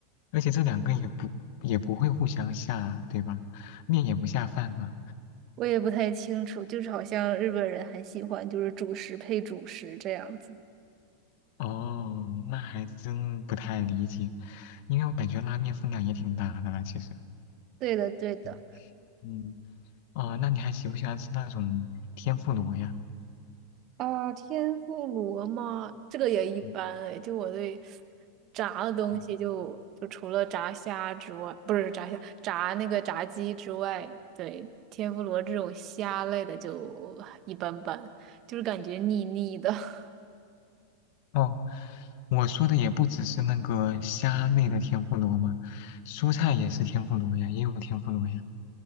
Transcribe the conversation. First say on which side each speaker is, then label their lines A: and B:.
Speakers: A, on the left (about 60°); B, on the right (about 45°).
A: 而且这两个也不也不会互相下，对吧？面也不下饭呢。
B: 我也不太清楚，就是好像日本人很喜欢就是主食配主食这样子。
A: 哦，那还真不太理解，因为我感觉拉面分量也挺大的啦其实。
B: 对的，对的。
A: 嗯嗯哦，那你还喜不喜欢吃那种天妇罗呀？
B: 啊，天妇罗吗？这个也一般哎。
A: 嗯
B: 就我对炸的东西就，
A: 哦，
B: 就除了炸虾之外，不是炸虾，炸那个炸鸡之外，对，天妇罗这种虾类的就一般般，就是感觉腻腻的。<laughs>
A: 哦，我说的也不只是那个虾类的天妇罗嘛，蔬菜也是天妇罗呀，也有天妇罗呀。